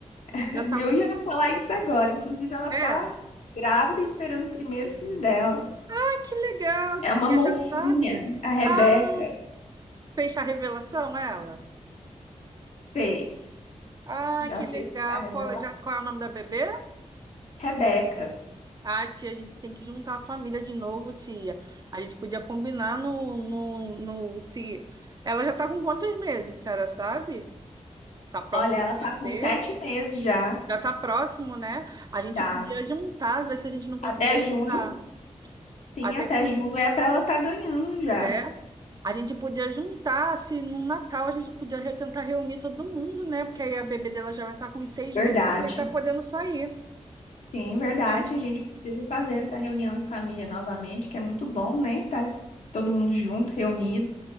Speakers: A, on the left; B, on the right.
A: <laughs>
B: Já tá.
A: Eu ia falar isso agora. Inclusive, ela
B: É.
A: tá grávida esperando o primeiro filho dela.
B: Ah, que legal,
A: É
B: tia.
A: uma mocinha.
B: Já sabe?
A: A Rebeca
B: Ah, fez a revelação, ela?
A: fez.
B: Ah,
A: Já
B: que
A: fez
B: legal.
A: a revelação.
B: Qual, já, qual é o nome da bebê?
A: Rebeca.
B: Ah, tia, a gente tem que juntar a família de novo, tia. A gente podia combinar no, no, no- se... Ela já tá com quantos meses, a senhora sabe? Está próxima
A: Olha, ela
B: de
A: tá
B: nascer?
A: com sete meses já.
B: Já tá próximo, né? A gente
A: Tá.
B: podia juntar, ver se a gente não conseguia
A: Até junho.
B: juntar.
A: Sim,
B: Até
A: até
B: que
A: junho é para ela estar ganhando já.
B: é. A gente podia juntar, se no Natal a gente podia re- tentar reunir todo mundo, né? Porque aí a bebê dela já vai estar com uns seis
A: Verdade.
B: meses e vai estar podendo sair,
A: Sim, verdade.
B: né?
A: A gente precisa fazer essa reunião em família novamente, que é muito bom, né? Tá todo mundo junto, reunido,